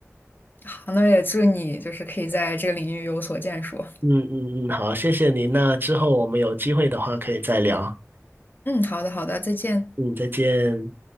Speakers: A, on the left; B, on the right.
A: 好，那也祝你就是可以在这个领域有所建树。
B: 嗯嗯嗯，好，谢谢您。那之后我们有机会的话可以再聊。
A: 嗯，好的，好的，再见。
B: 嗯，再见。